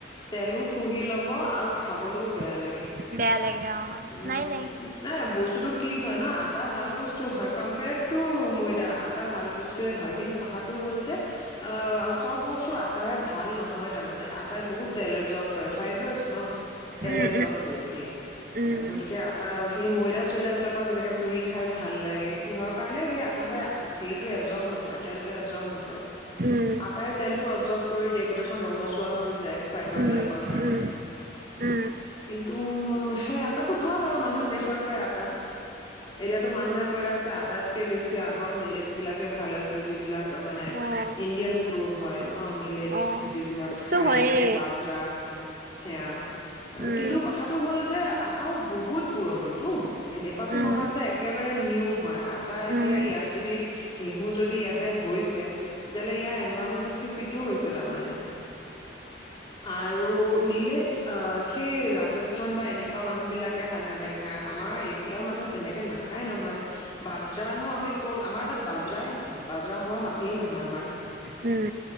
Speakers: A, on the left; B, on the right.
A: তেলো শুহি ল'ব আৰু
B: উম
A: খাবলৈও বেয়া লাগে।
B: বেয়া লাগে অ
A: উম
B: নাই নাই
A: নাই বস্তুতো টো কি হয় ন আটা ভাল বস্তু। হয় কম্পেয়াৰ্ড টো ময়ডা আতা ভাল বস্তে হয় কিন্তু কথা টো হ'ল যে চব বস্তু আটাৰে ভাল নহয় তাৰে আটাই বহুত তেল অবছাৰ্ভদ কৰে ফাইভ ৰাওছ ন। তেল
B: উম
A: এবজৰ্ভ কৰি দিয়ে
B: উম
A: গতিকে
B: উম
A: আটা সেই ময়দা চয়দা বিলাকৰ যেনেকে পুৰি খাই ভাল লাগে কিহৰ কাৰণে সেই আতাতে হেৰিটো এবজৰ্ভ নকৰে তেলটো এব জব নকৰে।
B: উম
A: আটাই তেলটো অবজৰ্ভ কৰি দিয়ে গোটেই - এখন ৰঙচুৱা হৈ যায় ফাইবাৰ
B: উম
A: বিলাকৰ কাৰণে
B: উম উম
A: তম সেয়া তাতটো ভাল আৰু মানুহে প্ৰিফাৰ কৰে আটা এতিয়া তো মানুহে কৈ আছে আটাইতকে বেছি আগৰ মিলেটছ বিলাকে ভাল আছিল যিবিলাক মানে
B: উম
A: ইণ্ডিয়ান গ্ৰ' হয় ন মিলেট
B: অ অ
A: যিবিলাক
B: সেইটোতো
A: খায়
B: হয়ে
A: কি বাজৰা চিয়া
B: উম
A: কিন্তু কথাটো হ'ল যে আও বহুত পুৰণিতো এনেকুৱাতো
B: উম
A: নহয় যে একেবাৰে নিউ হয় আটা এতিয়া
B: উম উম উম উম উম
A: ইয়াত যদি ঘেঁহু যদি ইয়াতে হৈছে তেতিয়াহলে ইয়াৰ এলভামেনটত ফিটো হৈছে মানে আৰু মিলেটছ এ সেই ৰাজস্থান বা এনেকুৱা মানুহ বিলাকে সাধাৰণতে খাই আমাৰ এইফালৰ মানুহে তেনেকে নাখাই নহয় বাজৰানো আমি ক'ত আমাৰ তাত বাজৰাই নহয় বাজৰা হোৱা মাটিয়ে নহয় আমাৰ
B: উম